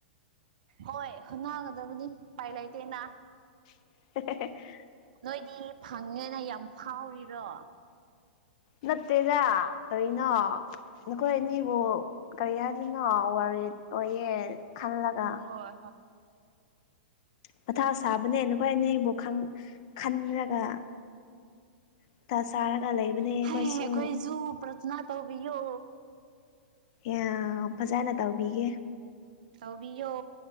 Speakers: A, on the right; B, on the left.
A: ꯍꯣꯏ ꯍꯣꯠꯅꯒꯗꯕꯅꯤ ꯄꯥꯏ ꯂꯩꯇꯦꯅ
B: <inaudible>
A: ꯅꯣꯏꯗꯤ ꯐꯪꯉꯦꯅ ꯌꯥꯝ ꯐꯥꯎꯔꯤꯔꯣ
B: ꯅꯠꯇꯦꯗ ꯀꯔꯤꯅꯣ ꯅꯈꯣꯏ ꯑꯅꯤꯕꯨ ꯀꯔꯤ ꯍꯥꯏ ꯑꯗꯨꯅꯣ ꯑꯣꯏꯌꯦ ꯈꯜꯂꯒ
A: ꯍꯣꯏ
B: ꯄꯊꯥ ꯁꯥꯕꯅꯦ ꯅꯈꯣꯏ ꯑꯅꯦ ꯑꯩꯕꯨ ꯈꯟꯔꯒ ꯃꯊꯥ ꯁꯥꯔꯒ ꯂꯩꯕꯅꯦ ꯑꯩꯈꯣꯏꯁꯨ
A: ꯎꯝ ꯍꯈꯣꯏꯁꯨ ꯄꯊꯅꯥ ꯇꯧꯕꯌꯣ
B: ꯑ ꯐꯖꯅ ꯇꯧꯕꯤꯒꯦ
A: ꯑꯧꯕꯤꯌꯣ